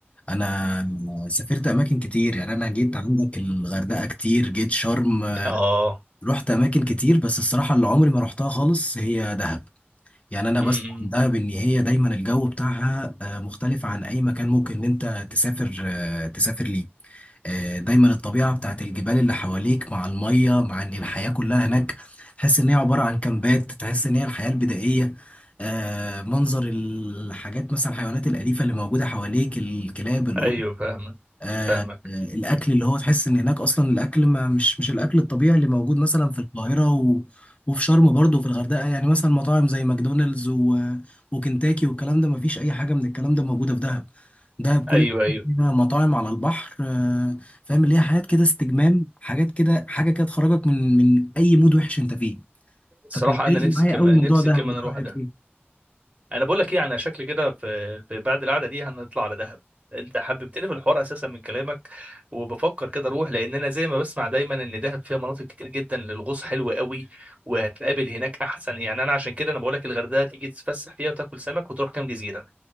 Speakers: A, on the left; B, on the right.
A: انا سافرت اماكن كتير يعني انا جيت عندك الغردقه كتير جيت شرم آه،
B: اه
A: رحت اماكن كتير بس الصراحه اللي عمري ما رحتها خالص هي دهب يعني انا بسمع
B: امم
A: عن دهب ان هي دايما الجو بتاعها آه، مختلف عن اي مكان ممكن ان انت تسافر آه، تسافر ليه آه، دايما الطبيعة بتاعت الجبال اللي حواليك مع المية مع ان الحياة كلها هناك تحس ان هي عبارة عن كامبات تحس ان هي الحياة البدائية آه، منظر الحاجات مثلا الحيوانات الأليفة اللي موجودة حواليك الكلاب القط
B: ايوه فاهمك
A: آه،
B: فاهمك
A: آه، الاكل اللي هو تحس ان هناك اصلا الاكل ما مش مش الاكل الطبيعي اللي موجود مثلا في القاهره و... وفي شرم برضه وفي الغردقه يعني مثلا مطاعم زي ماكدونالدز و... وكنتاكي والكلام ده ما فيش اي حاجه من الكلام ده موجوده في دهب دهب كل
B: ايوه ايوه
A: فيها مطاعم على البحر آه، فاهم اللي هي حاجات كده استجمام حاجات كده حاجه كده تخرجك من من اي مود وحش انت فيه
B: الصراحه
A: فكان فارق
B: انا نفسي
A: معايا
B: كمان
A: قوي موضوع
B: نفسي
A: دهب
B: كمان
A: ده
B: اروح
A: رايك
B: دهب
A: إيه؟
B: انا بقول لك ايه انا شكلي كده في في بعد القعده دي هنطلع على دهب انت حببتني في الحوار اساسا من كلامك وبفكر كده اروح لان انا زي ما بسمع دايما ان دهب فيها مناطق كتير جدا للغوص حلوه قوي وهتقابل هناك احسن يعني انا عشان كده انا بقول لك الغردقه تيجي تتفسح فيها وتاكل سمك وتروح كام جزيره